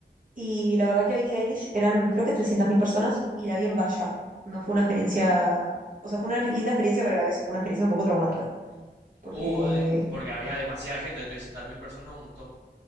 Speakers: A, on the right; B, on the right.
A: Y la verdad que a Billie Eilish eran creo que 300.000 personas y la vi en Valla. No fue una experiencia, o sea, fue una linda experiencia, pero a la vez fue una experiencia un poco traumática, porque
B: Uh, eh, porque había demasiada gente, 300.000 personas, un montón.